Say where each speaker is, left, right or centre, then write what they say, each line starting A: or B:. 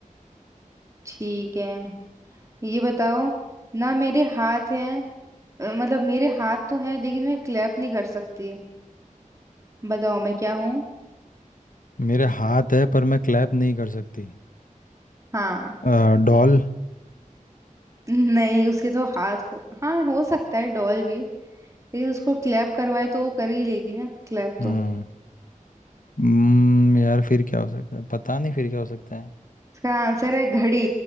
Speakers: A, on the right (about 20°); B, on the left (about 75°).
A: ठीक है ये बताओ ना मेरे हाथ हैं अ, मतलब मेरे हाथ तो हैं लेकिन मैं क्लैप नहीं कर सकती बताओ मैं क्या हूँ
B: मेरे हाथ है पर मैं क्लैप नहीं कर सकती
A: हाँ
B: अ, डॉल
A: <laughs> नहीं उसके तो हाथ हो हाँ हो सकता है डॉल भी लेकिन उसको क्लैप करवाए तो वो कर ही लेगी ना क्लैप
B: हम्म
A: तो
B: हम्म, यार फिर क्या हो सकता है पता नहीं फिर क्या हो सकता है
A: इसका आंसर है घड़ी